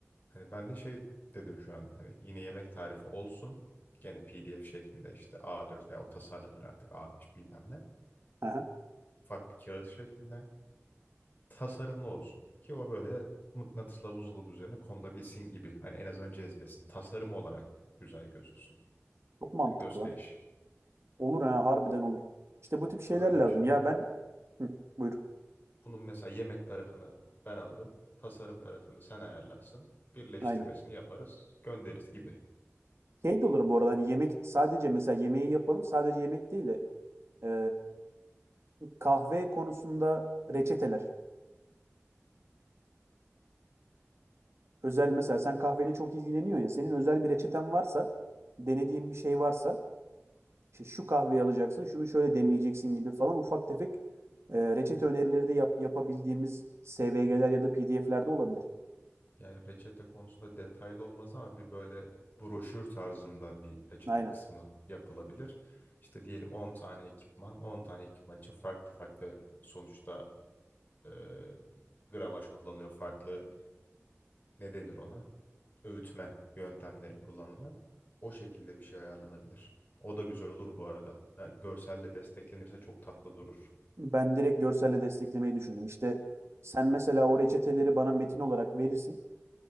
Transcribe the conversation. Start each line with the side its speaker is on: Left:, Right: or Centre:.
Left: Hani ben de şey dedim şu an hani yine yemek tarifi olsun. Gene PDF şeklinde işte A4 veya o tasarlanır artık A5 bilmem ne.
Right: Aha.
Left: Ufak bir kağıt şeklinde tasarımlı olsun. Ki o böyle mıknatısla buzdolabı üzerine konulabilsin gibi. Hani en azından cezbesin. Tasarım olarak güzel gözüksün.
Right: Çok mantıklı
Left: Hani gösteriş.
Right: lan. Olur ha harbiden olur. İşte bu tip şeyler
Left: Ha, öyle
Right: lazım.
Left: bir şey. Bunu
Right: Ya ben Hı, buyur.
Left: bunun mesela yemek tarafını ben alırım. Tasarım tarafını sen ayarlarsın. Birleştirmesini
Right: Aynen.
Left: yaparız, göndeririz gibi.
Right: Şey de olur bu arada hani yemek sadece mesela yemeği yapalım sadece yemek değil de e, kahve konusunda reçeteler. özel mesela sen kahveyle çok ilgileniyorsun ya senin özel bir reçeten varsa denediğin bir şey varsa işte şu kahveyi alacaksın şunu şöyle demleyeceksin gibi falan ufak tefek e, reçete önerileri de yap- yapabildiğimiz SVG'ler ya da PDF'lerde olabilir.
Left: Yani reçete konusunda detaylı olmaz ama bir böyle broşür tarzında bir reçete
Right: Aynen.
Left: kısmı yapılabilir. İşte diyelim 10 tane ekipman, 10 tane ekipman için farklı farklı sonuçta e, gramaj kullanılıyor, farklı ne denir ona? öğütme yöntemleri kullanılıyor. O şekilde bir şey ayarlanabilir. O da güzel olur bu arada. Ha, görselle desteklenirse çok tatlı durur.
Right: Ben direkt görselle desteklemeyi düşündüm. İşte sen mesela o reçeteleri bana metin olarak verirsin.